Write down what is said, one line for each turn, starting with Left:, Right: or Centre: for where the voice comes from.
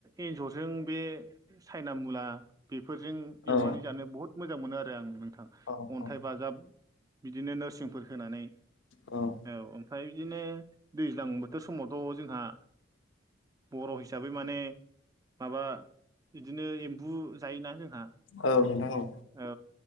Right: एन्जरजों बे सायना मुला बेफोरजों
Left: औ
Right: एवनानै जानो बहुद मोजां मोनो आरो आं नोंथां
Left: औ
Right: अन्थाइ
Left: औ
Right: बाजाब बिदिनो नोरसिंफोर होनानै
Left: औ
Right: औ ओमफ्राय बिदिनो दैज्लां बोथोर समावथ' जोंहा बर' हिसाबै माने माबा बिदिनो एम्बु जायोना जोंहा
Left: औ नोंथां औ
Right: औ